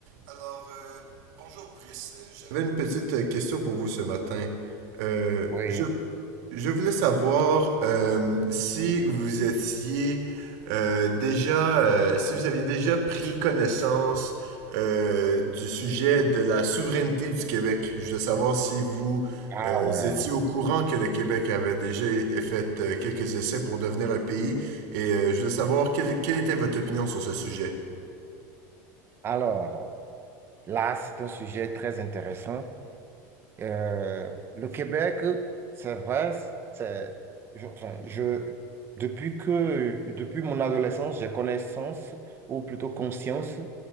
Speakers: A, on the right (about 65°); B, on the right (about 25°).
A: Alors, euh, bonjour Brice. Euh, J'avais une petite euh, question pour vous ce matin. Euh,
B: Oui,
A: je, je voulais savoir euh, si vous étiez euh, déjà, euh, si vous aviez déjà pris connaissance euh, du sujet de la souveraineté du Québec. Je voulais savoir si vous
B: ah
A: euh,
B: ouais.
A: étiez au courant que le Québec avait déjà fait euh, quelques essais pour devenir un pays et euh, je voulais savoir quelle, quelle était votre opinion sur ce sujet.
B: Alors, là, c'est un sujet très intéressant. Euh, le Québec, c'est vrai, c'est, je, enfin, je- depuis que, depuis mon adolescence, j'ai connaissance, ou plutôt conscience,